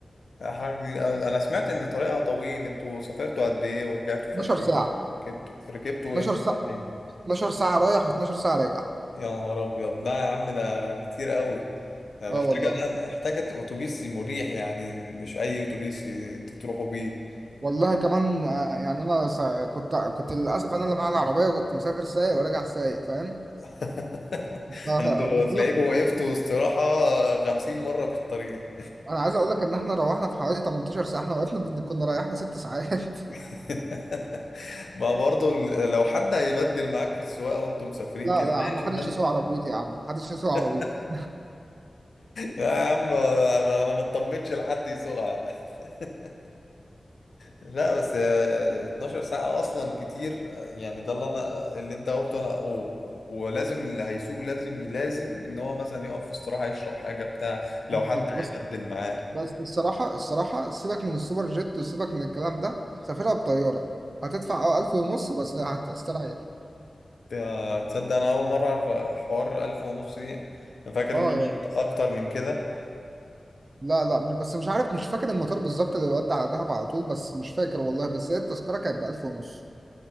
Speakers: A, on the left; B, on the right.
A: لا، حاجة جديدة أنا أنا سمعت إن طريقها طويل أنتوا سافرتوا قد إيه ورجعتوا في
B: 12
A: قد إيه
B: ساعة
A: ركبتوا ركبتوا
B: 12
A: إمتى
B: ساعة
A: رايحين
B: 12 ساعة رايح و12 ساعة راجع
A: يا نهار أبيض لا يا عم ده كتير قوي أنا محتاجة
B: اه والله
A: محتاجة أتوبيس مريح يعني مش أي أتوبيس ي- تروحوا بيه
B: والله كمان آه، يعني أنا سا... كنت كنت للأسف أنا اللي معايا العربية كنت مسافر سايق وراجع سايق فاهم
A: <laughs>
B: فقلت
A: أنتوا تلاقيكوا
B: له
A: وقفتوا استراحة خمسين مرة في الطريق
B: أنا عايز أقول لك إن إحنا روحنا في حوالي 18 ساعة إحنا وقفنا بن- كنا ريحنا ست ساعات <laughs>
A: <laughs> ما برضه ال- لو حد هيبدل معاك في السواقة وأنتم مسافرين
B: لا
A: كده
B: يا
A: ماشي
B: عم محدش
A: إنما
B: يسوق عربيتي يا عم محدش يسوق عربيتي
A: <laughs> لا يا عم انا انا ما اطمنش لحد يسوقها <laughs> لا بس آه، 12 ساعة أصلا كتير آه، يعني ده اللي أنا اللي أنت قلته أنا و- ولازم اللي هيسوق لازم لازم إن هو مثلا يقف في استراحة يشرب حاجة بتاع لو حد
B: بس
A: هيبدل معاه
B: بس الصراحة الصراحة سيبك من السوبر جيت وسيبك من الكلام ده سافرها بطيارة هتدفع اه ألف ونص بس هتستريح
A: آه، تصدق أنا أول مرة أعرف حوار ألف ونص دي أنا فاكر
B: اه
A: إنه
B: يعني
A: أكتر من كده
B: لا لا مش بس مش عارف مش فاكر المطار بالظبط اللي يودي على دهب على طول بس مش فاكر والله بس هي التذكرة كانت بألف ونص